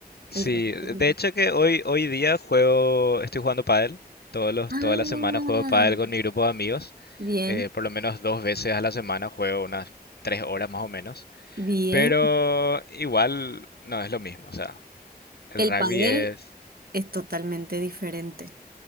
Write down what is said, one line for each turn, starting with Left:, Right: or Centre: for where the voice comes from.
Left: Sí,
Right: El rugby.
Left: de hecho que hoy, hoy día juego, estoy jugando pádel, todos los,
Right: Ah,
Left: toda la semana juego pádel con mi grupo de amigos,
Right: bien,
Left: eh, por lo menos dos veces a la semana juego unas tres horas más o menos,
Right: bien.
Left: pero igual no es lo mismo, o sea, el
Right: El
Left: rugby
Right: pádel
Left: es,
Right: es totalmente diferente.